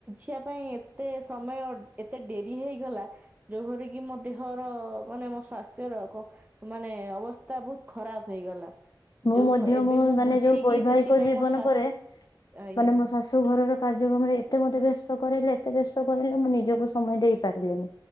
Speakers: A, on the right; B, on the left.
A: ଦେଖିବା ପାଇଁ ଏତେ ସମୟ ଏ ଏତେ ଡେରି ହେଇଗଲା ଯୋଉ ଘରେ କି ମୋ ଦେହର ମାନେ ମୋ ସ୍ୱାସ୍ଥ୍ୟର ଅ ମାନେ ମାନେ ଅବସ୍ଥା ବହୁତ୍ ଖରାପ ହେଇଗଲା।
B: ମୁଁ
A: ଯୋଉ
B: ମଧ୍ୟ
A: ଫ- ଏବେ
B: ମୋ
A: ମୁଁ
B: ମାନେ
A: ବୁଝିକି
B: ଯୋଉ ବୈବାହିକ
A: ସେଥିପାଇଁ
B: ଜୀବନ
A: ମୋ ସ୍ୱା
B: ପରେ
A: ଆଜ୍ଞା
B: ମାନେ
A: ଆଜ୍ଞା
B: ମୋ ଶାଶୁ ଘରର କାର୍ଯ୍ୟକ୍ରମରେ ଏତେ ମତେ ବ୍ୟସ୍ତ କରାଇଲେ ଏତେ ବ୍ୟସ କରେଇଲେ ମୁଁ ନିଜକୁ ସମୟ ଦେଇ ପାରିଲିନି